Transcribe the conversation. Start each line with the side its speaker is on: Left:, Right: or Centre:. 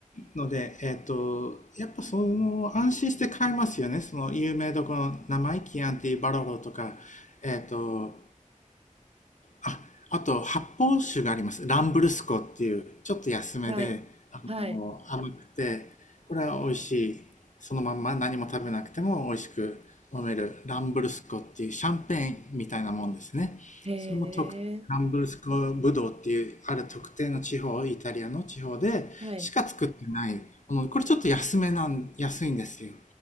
Left: ので、えっ、と、やっぱその安心して買えますよね。その有名どころの名前、キアンティ、バロロとか、えっ、と、あ、あと発泡酒があります。ランブルスコっていう、ちょっと安めで、
Right: はい。
Left: あの、
Right: はい。
Left: 甘くて、これは美味しい。そのまんま何も食べなくても美味しく飲めるランブルスコっていうシャンペーンみたいなもんですね。
Right: へえ、
Left: それも特、ランブルスコブドウっていうある特定の地方、イタリアの地方でしか作ってないもの。
Right: はい。
Left: これちょっと安めなん、安いんですよ。